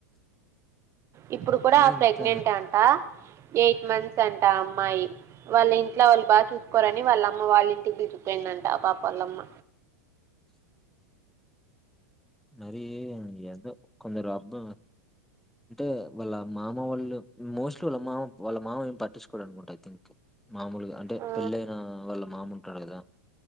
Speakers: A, on the right; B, in the centre.
A: ఇప్పుడు కూడా
B: మరి ఇంత
A: ప్రెగ్నెంట్ అంట ఎయిట్ మంత్స్ అంట అమ్మాయి వాళ్ళ ఇంట్లో వాళ్ళు బాగా చూసుకోరని వాళ్ళ అమ్మ వాళ్ళ ఇంటికి పిలిచికుపోయిందంట పాప వాళ్ళమ్మ
B: మరి ఏదో కొందరు అబ్బా అంటే వాళ్ళ మామ వాళ్ళు మోస్ట్లీ వాళ్ళ మామ వాళ్ళ మామ ఏం పట్టించుకోడు అనుకుంట ఐ థింక్. మామూలుగా అంటే
A: ఆ
B: పెళ్ళ అయిన వాళ్ళ మామ ఉంటాడు కదా